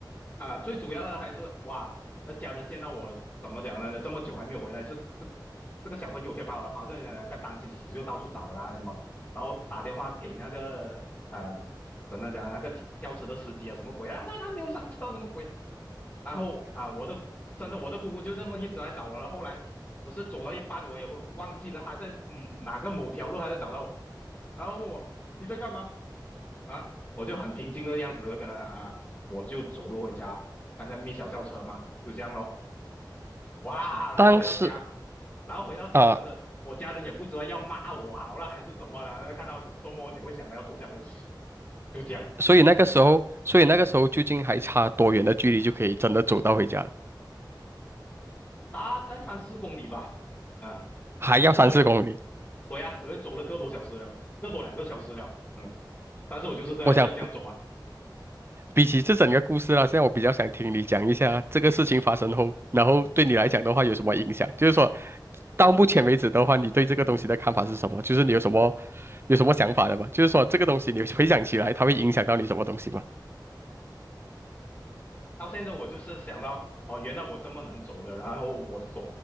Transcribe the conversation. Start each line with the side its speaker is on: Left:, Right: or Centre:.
Left: 啊、最主要的还是哇，那家人见到我怎么讲呢？这么久还没有回来，这这这个小朋友可以把我跑这人家担心死，就到处找啦什么。然后打电话给那个呃真的讲那个校车的司机啊，什么鬼啊？他他没有上车，什么鬼？然后啊，我的真的我的姑姑就这么一直来找我了。后来我是走到一半，我也忘记了她在嗯哪个某条路，她就找到我，然后问我你在干嘛啊？我就很平静的样子就跟她讲啊，我就走路回家，刚才 m 小校车嘛，就这样咯。哇，然后回到家，
Right: 当时
Left: 然后回到家真的，
Right: 啊。
Left: 我家人也不知道要骂我好了还是什么了，看到你做梦你会想到要做这样的事，就这样。
Right: 所以那个时候，所以那个时候究竟还差多远的距离就可以真的走到回家了？
Left: 大概三四公里吧。啊，
Right: 还要三四公里。
Left: 我走，对呀、啊我就走了个多小时了，个多两个小时了。嗯，但是我就是这样在这样走啊。
Right: 我想，比起这整个故事啦，现在我比较想听你讲一下这个事情发生后，然后对你来讲的话有什么影响？就是说，到目前为止的话，你对这个东西的看法是什么？就是你有什么 <laughs> 有什么想法的吗？就是说，这个东西你回想起来，它会影响到你什么东西吗？
Left: 到现在我就是想到，哦，原来我这么能走的，然后我走，